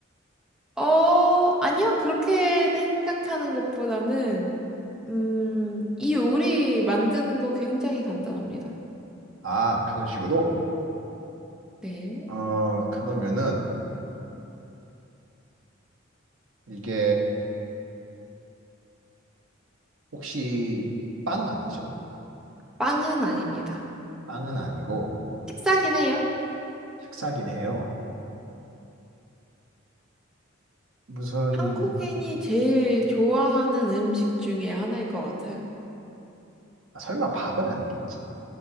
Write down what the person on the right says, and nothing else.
아, 그런 식으로?
어, 그러면은 이게 혹시 빵 아니죠?
빵은 아니고
식사긴 해요. 무슨
아, 설마 밥은 아니겠지?